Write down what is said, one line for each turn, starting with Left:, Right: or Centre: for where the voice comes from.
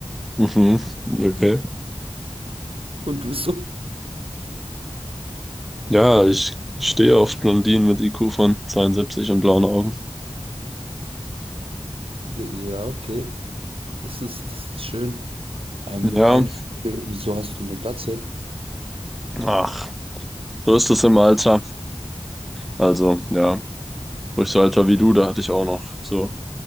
Centre: Mhm, okay.
Right: Und du bist so,
Centre: Ja, ich stehe auf Blondinen mit IQ von 72 und blauen Augen.
Right: ja, okay, das ist, das ist schön. Ähm,
Centre: Ja,
Right: eine Frage, wieso hast du eine Glatze?
Centre: ach, so ist es im Alter. Also, ja, ruhig so Alter wie du, da hatte ich auch noch so